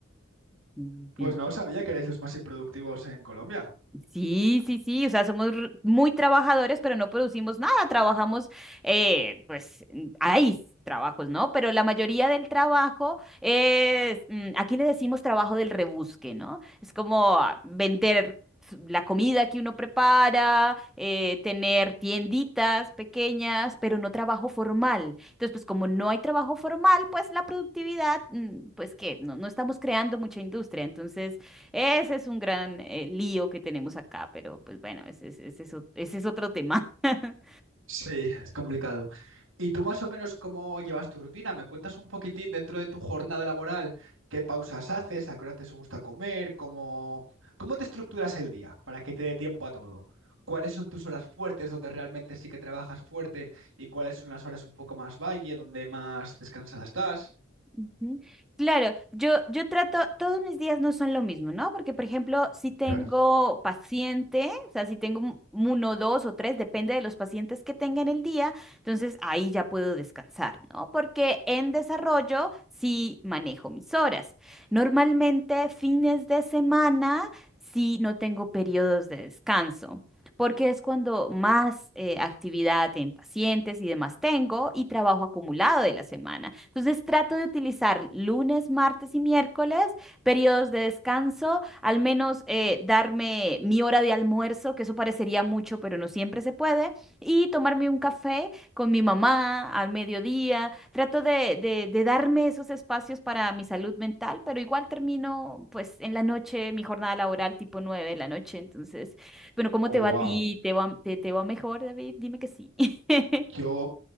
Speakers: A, in the centre; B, on the right.
A: Sí,
B: Pues
A: sí,
B: no sabía que erais los más improductivos en Colombia.
A: Sí, sí, sí, o sea, somos r- muy trabajadores, pero no producimos nada, trabajamos, eh, pues mm, hay trabajos, ¿no? Pero la mayoría del trabajo es, mm, aquí le decimos trabajo del rebusque, ¿no? Es como ah, vender s- la comida que uno prepara, eh, tener tienditas pequeñas, pero no trabajo formal. Entonces, pues como no hay trabajo formal, pues la productividad, mm, pues que no, no estamos creando mucha industria, entonces... Ese es un gran eh, lío que tenemos acá, pero pues bueno, ese, es ese es o- ese es otro tema. <laughs>
B: sí. Es complicado. ¿Y tú más o menos cómo llevas tu rutina? ¿Me cuentas un poquitín dentro de tu jornada laboral? ¿Qué pausas haces? ¿A qué hora te gusta comer? ¿Cómo, cómo te estructuras el día para que te dé tiempo a todo? ¿Cuáles son tus horas fuertes donde realmente sí que trabajas fuerte y cuáles son las horas un poco más valle, donde más descansada estás?
A: Ujú. Claro, yo, yo trato, todos mis días no son lo mismo, ¿no? Porque, por ejemplo, si tengo
B: Claro.
A: paciente, o sea, si tengo un- uno, dos o tres, depende de los pacientes que tenga en el día, entonces ahí ya puedo descansar, ¿no? Porque en desarrollo sí manejo mis horas. Normalmente fines de semana sí no tengo periodos de descanso. porque es cuando más eh, actividad en pacientes y demás tengo y trabajo acumulado de la semana. Entonces trato de utilizar lunes, martes y miércoles, periodos de descanso, al menos eh, darme mi hora de almuerzo, que eso parecería mucho, pero no siempre se puede, y tomarme un café con mi mamá al mediodía. Trato de, de- de darme esos espacios para mi salud mental, pero igual termino pues en la noche mi jornada laboral tipo 9 de la noche. Entonces, bueno, ¿cómo
B: Oh,
A: te va
B: wow.
A: a ti? ¿Te va, te, te va mejor, David? Dime que sí. <laughs>
B: Yo